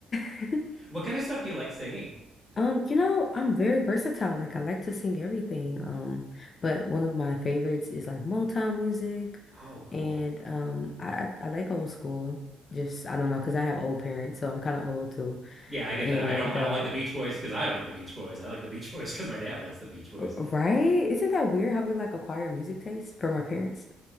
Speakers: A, on the left (about 35°); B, in the centre.
A: <laughs>
B: What kind of stuff do you like singing?
A: Um, you know, I'm very versatile. Like I like to sing everything. Um, but one of my favorites is like Motown music
B: Oh, cool.
A: and um I I I like old school. Just I don't know, because I have old parents, so I'm kind of old too.
B: Yeah, I get
A: And
B: that. I don't. I
A: uh
B: don't like the Beach Boys because I like the Beach Boys. I like the Beach Boys because my dad likes the Beach Boys.
A: right? Isn't that weird how we like acquire music taste from our parents?